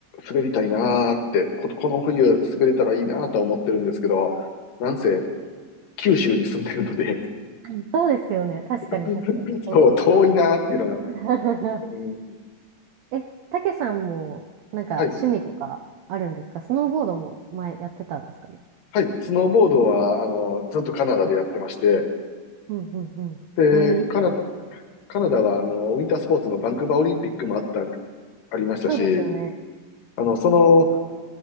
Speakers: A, on the left; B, on the right.
A: 滑りたいなーって、こ、この冬滑れたらいいなーとは思ってるんですけど、なんせ、九州に住んでるので、
B: ん。そうですよね。確かに確かに。
A: <laughs>
B: そうか。
A: そう、遠いなーっていうのが、
B: <laughs>
A: うん、
B: え、たけさんも、なんか趣味とかあるんですかスノーボードも前やってたんですかね
A: はいはい、スノーボードは、あの、ずっとカナダでやってまして、
B: うんうんうん。
A: で、
B: えーい
A: カナダ、カナダは、あの、ウィンタースポーツのバンクーバーオリンピックもあった、ありましたし、
B: そうですよね。
A: あの、その、